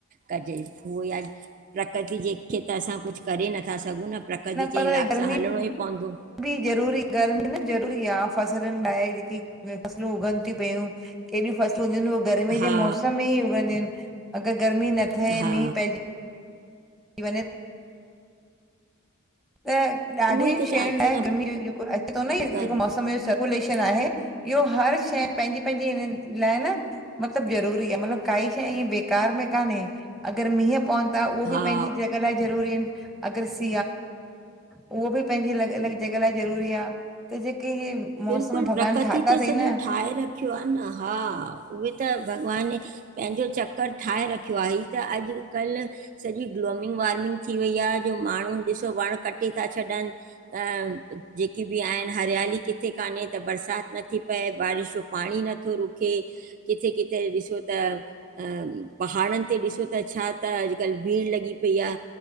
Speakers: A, on the right; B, in the centre.
A: कजे उहोई आन प्रकृति जे खे त असां कुछ करे नथा सघूं न प्रकृति जे
B: पर
A: हिलााब
B: गर्मी
A: सां हलणो ई पवंदो।
B: बि ज़रूरी गरमी न ज़रूरी आ फसलुनि लाइ जेकी फसलूं उगनि थी पयूं केॾी फसलूं हूंदियूं आहिन उहे गर्मी
A: हा
B: जे मौसम में ई उगंदियूं आहिन अगर गर्मी न थिए
A: हा
B: मींहुह पइजी इ वन त ॾाढी
A: उहो ई त
B: शयुनि
A: चवां
B: लाइ
A: थी न
B: गर्मी जेको अचे थो न
A: कर
B: जेको मौसम कुलेशन आहे इहो हर शइ पंहिंजी पंहिंजी हिननि लाइ न मतलब ज़रूरी आ मतलब काई शइ ईअ बे कार में कान्हे अगर मींहं प एं नथा, उह बि
A: हा
B: पंहिंजी जॻ लाइ ज़रूरी आहिन, अगर स उहो बि पंहिंजी अल, अल ज ज़ररी आहे जेके
A: बिल्कुल
B: मौसम भॻवान
A: प्रकृति
B: ठाता
A: त
B: अथई
A: सॼो
B: न
A: ठाहे रखियो आ न, हा उहे त भॻवान पंहिंजो चक्कर ठाहे रखियो आहे, हीअ त अॼुकल्ह सॼी ग्लोमंग वार्मिंग थी वई आहे, जो माण्हू ॾिसो वण कटे था छॾनि। अ जेकी बि आहिन हरियाली किथे। किथे कान्हे त बरसात नथी पए, बारिश जो पाणी नथो रुके। किथे किथे ॾिसो त अ पहाड़नि ते ॾिसो त छा त अॼुकल्ह भीड़ लॻी पई आ।